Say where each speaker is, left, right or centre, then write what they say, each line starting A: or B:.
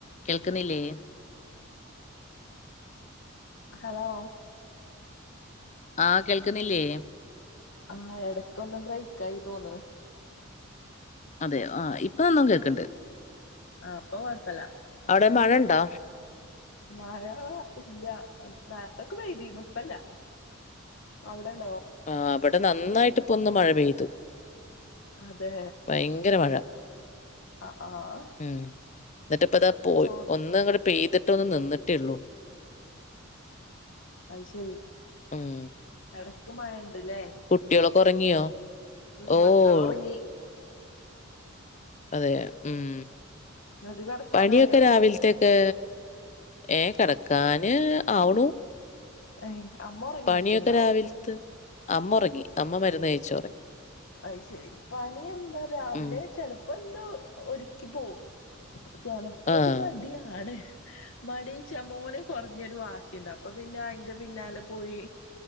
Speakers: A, on the left; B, on the left.
A: കേൾക്കുന്നില്ലേ
B: ഹലോ
A: ആഹ് കേൾക്കുന്നില്ലേ
B: ആഹ് എടക്കൊന്ന് ബ്രേക്കായിന്ന് തോന്നണ്
A: അതെ ആ ഇപ്പൊന്നു കേക്ക്ണ്ട്
B: ആ അപ്പൊ കൊഴപ്പില്ല
A: അവിടെ മഴ ഇണ്ടാ
B: മഴ ഇല്ല നേരത്തൊക്കെ പെയ്തീരുന്നു ഇപ്പൊ ഇല്ല അവിടെണ്ടോ
A: ആ അവിടെ നന്നായിട്ട് ഇപ്പൊന്ന് മഴ പെയ്തു
B: അതെ
A: ഭയങ്കര മഴ
B: ആഹ് ആഹ്
A: ഉം എന്നിട്ട് ഇപ്പിതാ പോയി
B: ചോർന്ന്
A: ഒന്ന് അങ്ങട് പെയ്തിട്ട് ഒന്ന് നിന്നിട്ടേള്ളൂ
B: അയ് ശെരി
A: ഉം
B: എടക്ക് മഴ ഇണ്ട്ല്ലേ
A: കുട്ടികളൊക്കെ ഉറങ്ങിയോ?
B: ഉം
A: ഓഹ്
B: മക്കളൊറങ്ങി
A: അതെ ഉം
B: ഇങ്ങക്ക് കെടക്കാനായോ
A: പണിയൊക്കെ രാവിൽ ത്തേക്ക് ഏ കെടക്കാന് ആവ്ണു
B: ഏയ് അമ്മ ഒറങ്ങീറ്റ്ണ്ടാവും
A: പണിയൊക്കെ രാവിൽത്ത് അമ്മ ഒറങ്ങി അമ്മ മരുന്ന് കഴിച്ചൊറങ്ങി
B: അയ്ശെരി പണി എന്താ രാവിലെ
A: ഉം
B: ചെൽ പ്പല്ലോ ഒരുക്കി പോവും ചെലപ്പോരു
A: ആഹ്
B: മടിയാണ് മടി ചേ മോന് കൊറഞ്ഞൊരു വാശിയുണ്ട് അപ്പൊ പിന്നെ അയിന്റെ പിന്നാലെ പോയി